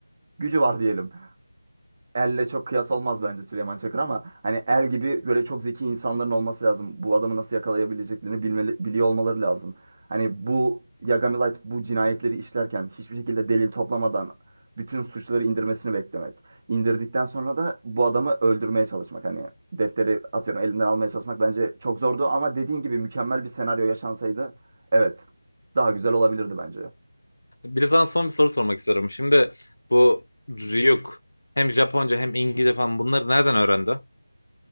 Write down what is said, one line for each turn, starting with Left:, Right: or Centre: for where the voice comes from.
Right: gücü var diyelim. Elle çok kıyas olmaz bence Süleyman Çakır ama hani el gibi böyle çok zeki insanların olması lazım. Bu adamı nasıl yakalayabileceklerini bilmeli, biliyor olmaları lazım. Hani bu Yagami Light bu cinayetleri işlerken hiçbir şekilde delil toplamadan bütün suçları indirmesini beklemek. İndirdikten sonra da bu adamı öldürmeye çalışmak. Hani defteri atıyorum elinden almaya çalışmak bence çok zordu ama dediğin gibi mükemmel bir senaryo yaşansaydı evet daha güzel olabilirdi bence.
Left: Bir de sana son bir soru sormak istiyorum. Şimdi bu Ryuk hem Japonca hem İngilizce falan bunları nereden öğrendi?